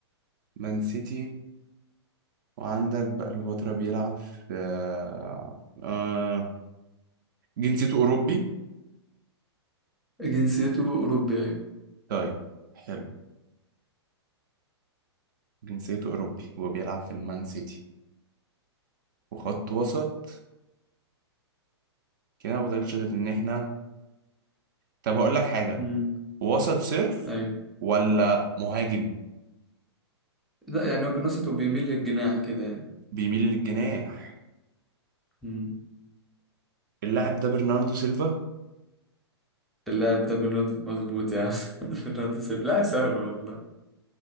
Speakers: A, on the right (about 45°); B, in the centre.
A: مان سيتي وعندك بقاله فترة بيلعب في آه... آه، جنسيته أوروبي
B: جنسيته اوروبي ايوه
A: طيب حلو جنسيته أوروبي وبيلعب في المان سيتي وخط وسط كده ما بطلش غير إن إحنا طب هقول لك حاجة
B: امم
A: وسط صرف
B: ايوه
A: ولا مهاجم
B: لا يعني هو كان وسط وبيميل للجناح كده يعني
A: بيميل للجناح
B: مم.
A: اللاعب ده برناردو سيلفا
B: اللاعب ده بنض مظبوط يعني <laughs> بنض سهل لا سهل والله